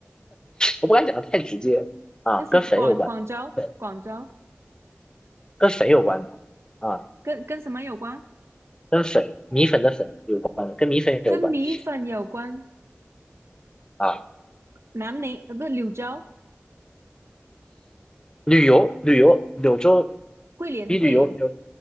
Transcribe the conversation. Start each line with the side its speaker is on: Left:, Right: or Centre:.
Left: 我不敢讲的太直接啊，
Right: <laughs> 那行，
Left: 跟粉有关的，
Right: 广广州，
Left: 粉
Right: 广州
Left: 跟粉有关的啊，
Right: 跟跟什么有关？
Left: 跟粉米粉的粉有关的，跟米粉有关的
Right: 跟米粉有关。
Left: 啊。
Right: 南宁，呃，不，柳州，
Left: 旅游，旅游，柳州
Right: 桂林，
Left: 比旅游，
Right: 桂林。
Left: 柳